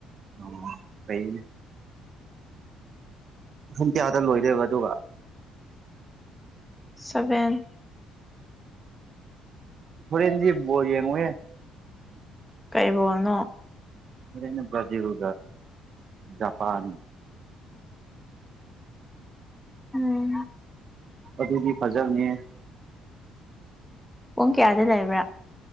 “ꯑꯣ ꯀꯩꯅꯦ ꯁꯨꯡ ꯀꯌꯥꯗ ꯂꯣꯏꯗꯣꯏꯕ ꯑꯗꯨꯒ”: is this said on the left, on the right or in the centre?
Right